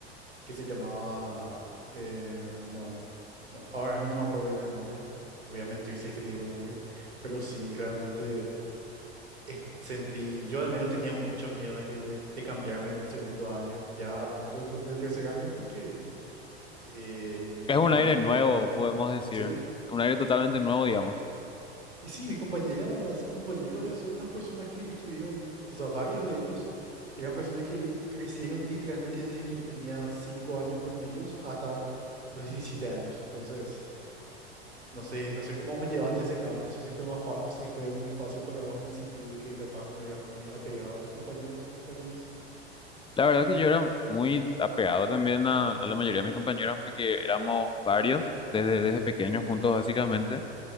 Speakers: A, on the right; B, on the left.
A: que se llamaba... eh, no, no, ahora mismo no me acuerdo bien el nombre. Te voy a mentir si es que te digo el nombre. Pero sí, realmente es- sentí... Yo al menos tenía mucho miedo de, que, de, de cambiarme en mi segundo año, ya a punto de- del tercer año, porque eh, mis
B: es
A: compañeros
B: un aire nuevo,
A: y compañeras...
B: podemos decir,
A: Sí,
B: un aire totalmente nuevo, digamos.
A: Y sí, mis compañeras y compañeros eh, son unas personas que estuvieron, o sea, varios de ellos eran personas que crecieron literalmente desde que yo tenía 5 años con ellos hasta los 17 años. Entonces, no sé, no sé cómo vos llevaste ese cambio, no sé si fue más fa- si fue muy fácil para vos en el sentido de que capaz no eras muy apegado a tus compañeros o compañeras.
B: La verdad que yo era muy apegado también a, a la mayoría de mis compañeros porque éramos varios desde, desde pequeños juntos básicamente.